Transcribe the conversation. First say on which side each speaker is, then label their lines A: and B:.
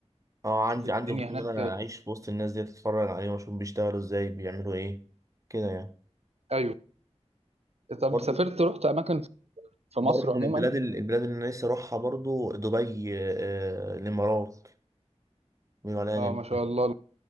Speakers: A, on the right; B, on the right.
A: أه عندي
B: تشوف الدنيا
A: عندي فضول
B: هناك
A: إن أنا أعيش في وسط الناس ديت أتفرج عليهم وأشوف بيشتغلوا إزاي بيعملوا إيه كده يعني
B: ايوه طب
A: برضو
B: سافرت رحت اماكن في مصر
A: برضو من
B: عموما
A: البلاد ال- البلاد اللي أنا نفسي أروحها برضو دبي آه الإمارات بيقولوا عليها
B: اه
A: جميلة
B: ما شاء الله